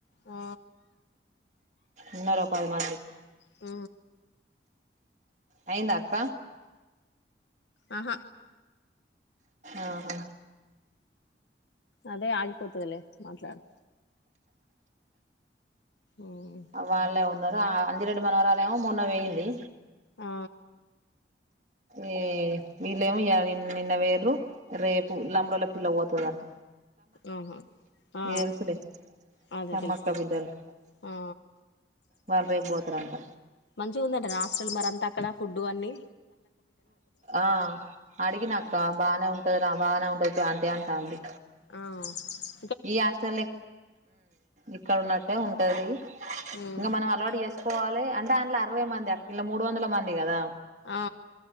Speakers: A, on the left (about 85°); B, on the right (about 40°).
A: ఆ
B: ఉన్నారు ఓ పది మంది
A: ఉ
B: అయిందా అక్క
A: ఆహా
B: ఆహా
A: అదే ఆగిపోతదిలే మాట్లాడు ఉమ్
B: అ వాళ్ళే ఉన్నా ఉన్నరు ఆ అంజిరెడ్డి మనవరాలు ఏమో మొన్న పోయింది
A: ఆ
B: ఏ వీళ్ళేమో ఈయాల్ నిన్న పోయిండ్రు రేపు లంబాడోళ్ళ పిల్ల పోతదట
A: అవున ఆ
B: తెలుసులే
A: ఆ అదే
B: సమ్మక్క
A: తెలుస్తాది
B: బిడ్డలు
A: ఆ
B: వాళ్ళు రేపు పోతారంట
A: మంచిగా ఉందంటాన హాస్టల్ మరి అంతా అక్కడ ఫుడ్డు అన్నీ
B: ఆ అడిగినా అక్క బానే ఉంటాది రా బాగానే ఉంటాది అంతే అంటాంది
A: అవ్
B: ఈ హాస్టల్ ఏ ఇక్కడ ఉన్నట్టే ఉంటాది
A: ఉమ్
B: ఇంకా మనం అలవాటు చేసు పోవాలి అంటే అందులో అరవై మంది ఆ మూడు వందల మంది కదా
A: ఆ